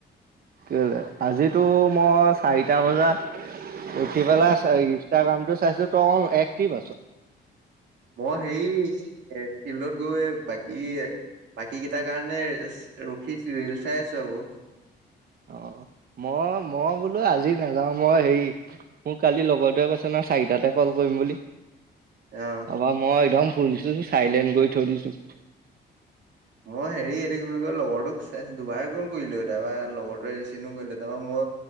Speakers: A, on the right; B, on the right.
A: কেলে? আজিতো মই চাৰিটা বজাত উঠি পেলাই ইনষ্টাগ্ৰামতটো চাইছো ত আকো একটিভ আছ।
B: মই হেৰী এ ফিল্ডত গৈ বাকী এ বাকী কেইটাৰ কাৰণে ৰখিছো ৰিল চাই আছো আকৌ।
A: অ মই মই বোলোঁ আজি নাযাওঁ মই হেৰি মোৰ কালি লগৰটোৱে কৈছে ন। চাৰিটাতে কল কৰিম বুলি।
B: অ
A: তাপা মই একদম ফুলিছোঁ চাইলেণ্ট কৰি থৈ দিছোঁ।
B: মই হেৰি এইটো কি বুলি কয় লগৰটোক দুবাৰে কল কৰিলো তাৰ লগৰটোৱা ৰিচিভ কৰিলো তাৰপা মই